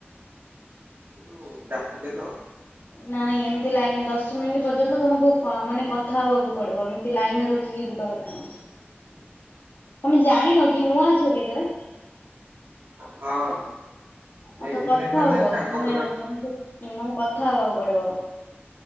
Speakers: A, on the right; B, on the left.
A: ଯୋଉ ଡାକିଲେ ତ।
B: ନାଇଁ ଏମିତି ଲାଇନରେ ଦଶ ମିନିଟ୍ ପର୍ଯ୍ୟନ୍ତ ତମକୁ ମାନେ କଥା ହବାକୁ ପଡିବ ଏମିତି ଲାଇନ ରେ ରଖିକି ଯିବା କଥା ନୁହେଁ।
A: <inaudible>
B: ତମେ ଜାଣିନ କି ନୂଆ ଅଛ କି ଏଥେରେ।
A: ହଁ।
B: ଆଉ
A: ଏଇନେ
B: ତ କଥା
A: ମାନେ
B: ହୁଅ
A: ସାଙ୍ଗ
B: ମାନେ
A: ଖୋଜନ୍ତି
B: ତମକୁ ମାନେ କଥା ହବାକୁ ପଡିବ।